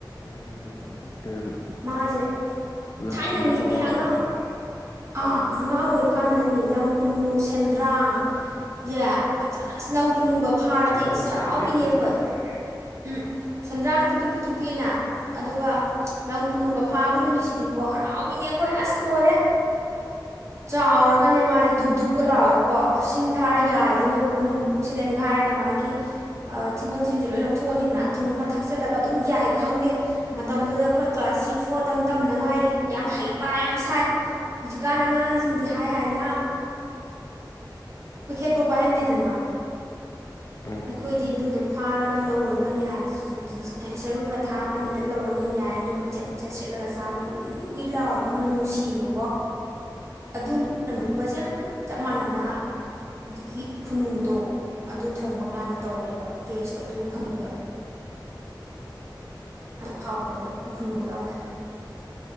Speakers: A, on the left; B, on the right.
A: ꯎꯝ ꯀꯩꯅꯣ
B: ꯃꯥꯁꯦ
A: ꯂꯝ
B: ꯊꯥꯏꯅꯅꯤꯍꯦ
A: ꯈꯨꯅꯨꯗ ꯂꯧꯔ
B: ꯑꯉꯥꯡ
A: ꯆꯥꯔꯦ
B: ꯑꯥ ꯑꯉꯥꯡ ꯑꯣꯏꯔꯤꯀꯥꯟꯗꯅꯤ ꯂꯝ ꯈꯨꯅꯨ ꯁꯦꯟꯗ꯭ꯔꯥꯡ ꯁꯦ ꯐꯥꯖꯅ ꯑꯁ ꯂꯝ ꯈꯨꯅꯨꯒ ꯐꯥꯔꯗꯤ
A: ꯁꯦꯟꯗ꯭ꯔꯥꯡꯗꯤ
B: ꯑꯁ ꯍꯔꯥꯎꯕꯤꯅꯦ
A: ꯆꯥꯔꯛꯑꯦ ꯑꯩꯈꯣꯏꯁꯨ
B: ꯑꯩꯈꯣꯏ ꯎꯝ ꯁꯦꯟꯗ꯭ꯔꯥꯡꯅ ꯄꯤꯇ꯭ꯔꯨꯛ ꯄꯤꯇ꯭ꯔꯨꯛ ꯄꯤꯛꯑꯦꯅ ꯑꯗꯨꯒ ꯂꯝ ꯈꯨꯅꯨꯒ ꯐꯥꯕ ꯅꯨꯃꯤꯠꯁꯤꯗꯤꯀꯣ ꯍꯔꯥꯎꯕꯤꯅꯦ ꯑꯩꯈꯣꯏ ꯑꯁ ꯂꯣꯏꯔꯦ
A: <inaudible>
B: ꯆꯥꯎꯔꯒꯅꯦ ꯃꯥꯗꯤ ꯗꯨꯞ ꯗꯨꯨꯞꯀ ꯂꯥꯛꯔꯒꯀꯣ ꯁꯤꯡ ꯊꯥꯔ ꯌꯥꯏꯗꯣꯏꯅꯦꯕ ꯑꯩꯈꯣꯏꯅ ꯃꯕꯨꯛꯁꯤ ꯂꯦꯟꯒꯥꯏꯔꯒ ꯃꯥꯒꯤ ꯑꯥ ꯊꯤꯕꯣꯡ ꯊꯤꯔꯤꯟꯁꯦ ꯂꯣꯏꯟ ꯂꯧ ꯊꯣꯛꯑꯅꯤꯗ ꯊꯨꯝ ꯈꯔ ꯊꯥꯛꯆꯤꯂꯒ ꯑꯗꯨꯝ ꯌꯥꯏ ꯈꯪꯗꯦ ꯃꯇꯝꯗꯨꯗ ꯑꯩꯈꯣꯏ ꯀ꯭ꯂꯥꯁ ꯊ꯭ꯔꯤ ꯐꯣꯔꯇꯪ ꯇꯝꯗ ꯉꯥꯏꯔꯤ ꯌꯥꯝ ꯍꯩꯄꯥ ꯌꯥꯝ ꯁꯥꯏ ꯍꯧꯖꯤꯛꯀꯥꯟ ꯑꯉꯥꯡꯖꯤꯡꯗꯤ ꯍꯥꯏ ꯍꯥꯏꯅ ꯃꯩꯈꯦꯠꯄꯧ ꯄꯥꯏꯍꯟꯗꯦꯗꯅ
A: ꯎꯝ
B: ꯑꯩꯈꯣꯏꯗꯤ ꯑꯗꯨꯗꯣ ꯐꯥꯔꯒ ꯂꯧꯔꯒꯅꯦ ꯍꯥꯏꯗꯤ ꯆꯔꯨ ꯈꯔ ꯊꯥꯔꯅꯤ ꯍꯦꯛꯇ ꯂꯧꯔꯅꯤ ꯌꯥꯏ ꯑꯗꯨꯒ ꯃꯆꯦꯠ ꯃꯆꯦꯠ ꯁꯦꯠꯂꯒ ꯆꯥꯕ ꯎꯏ ꯎꯏ ꯎꯏ ꯎꯏ ꯂꯥꯎꯔꯒ ꯃꯅꯝ ꯅꯨꯡꯁꯤꯕꯀꯣ
A: <inaudible>
B: ꯑꯗꯨ ꯃꯇꯝꯗꯨꯒꯁꯦ ꯌꯥꯝ ꯆꯞ ꯃꯥꯟꯅꯅ ꯍꯧꯖꯤꯛꯀꯤ ꯈꯨꯅꯨꯗꯣ ꯑꯗꯨ ꯊꯣꯡꯕ ꯀꯥꯟꯗ ꯇꯧꯋꯦꯕ ꯇꯦꯁꯇꯣ ꯑꯗꯨꯒꯤ ꯐꯪꯉꯤ ꯉꯦꯕ ꯑꯗꯨ ꯍꯥꯎꯋꯦꯕ ꯑꯗꯨꯏ ꯈꯨꯟꯅꯨꯗꯣ ꯌꯥꯝꯅ